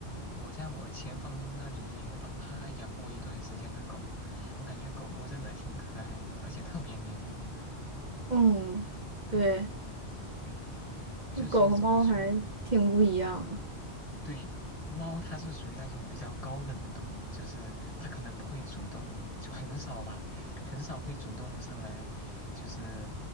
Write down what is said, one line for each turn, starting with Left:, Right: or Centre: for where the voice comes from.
Left: 我在我前房东那里也帮他养过一段时间的狗，我感觉狗狗真的挺可爱的，而且特别粘人。
Right: 嗯，对，
Left: 嗯，对。
Right: 就狗和猫还挺不一样。
Left: 就是怎么说，对，猫它是属于那种比较高冷的动物，就是它可能不会主动，就很少吧，很少会主动上来，就是